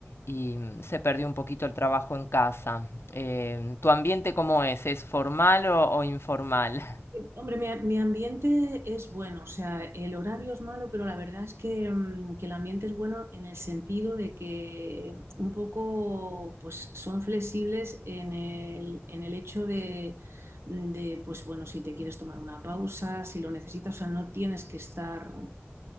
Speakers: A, on the left (about 70°); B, on the right (about 70°).
A: y mm, se perdió un poquito el trabajo en casa. Eh, ¿tu ambiente cómo es? ¿Es formal o, o informal? <laughs>
B: Hombre, mi, mi ambiente es bueno, o sea, el horario es malo, pero la verdad es que, mm, que el ambiente es bueno en el sentido de que un poco pues, son flexibles en el, en el hecho de, de, pues bueno, si te quieres tomar una pausa, si lo necesitas, o sea, no tienes que estar